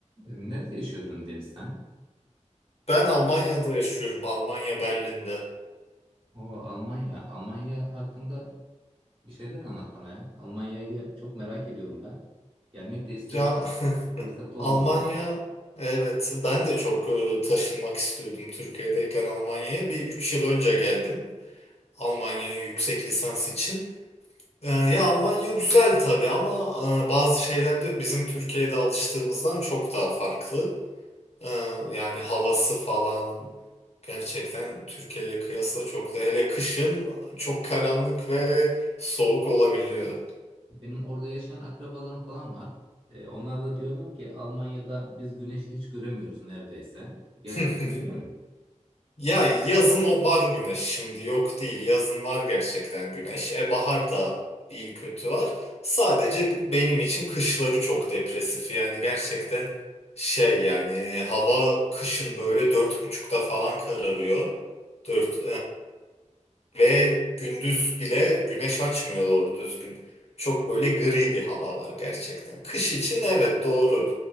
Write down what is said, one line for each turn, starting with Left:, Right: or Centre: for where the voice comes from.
Right: E, Nerede yaşıyordun Deniz sen?
Left: Ben Almanya'da yaşıyorum. Almanya Berlin'de.
Right: O Almanya. Almanya hakkında bir şeyler anlat bana ya. Almanya'yı çok merak ediyorum ben. Gelmek de istiyorum
Left: Ya
Right: ama
Left: <laughs>
Right: bir fırsat olmadı.
Left: Almanya evet ben de çok e, taşınmak istiyordum Türkiye'deyken Almanya'ya. Bir üç yıl önce geldim Almanya'ya yüksek lisans için. E, Ya Almanya güzel tabii ama e, bazı şeyler de bizim Türkiye'de alıştığımızdan çok daha farklı. E, Yani havası falan gerçekten Türkiye'ye kıyasla çok da hele kışın çok karanlık ve soğuk olabiliyor.
Right: Evet. Benim orada yaşayan akrabalarım falan var. E, onlar da diyorlar ki Almanya'da biz güneşi hiç göremiyoruz neredeyse. Gerçekten
Left: <laughs>
Right: öyle mi?
Left: Ya yazın o var güneş şimdi yok değil. Yazın var gerçekten güneş. E bahar da iyi kötü var. Sadece benim için kışları çok depresif. Yani gerçekten şey yani hava kışın böyle dört buçukta falan kararıyor. Dört ve gündüz bile güneş açmıyor doğru düzgün. Çok böyle gri bir hava var gerçekten. Kış için evet doğru.